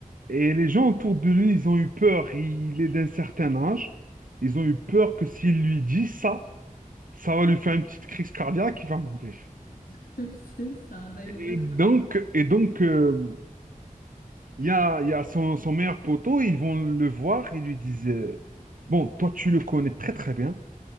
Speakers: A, on the right; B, on the left.
A: Et les gens autour de lui, ils ont eu peur. Il est d'un certain âge. Ils ont eu peur que s'il lui dit ça, ça va lui faire une petite crise cardiaque, il va mourir.
B: <laughs> C'est ça, bah
A: Et
B: exactement.
A: donc, et donc euh, il y a, il y a son, son meilleur poteau, ils vont le voir, ils lui disent, euh, bon, toi, tu le connais très très bien.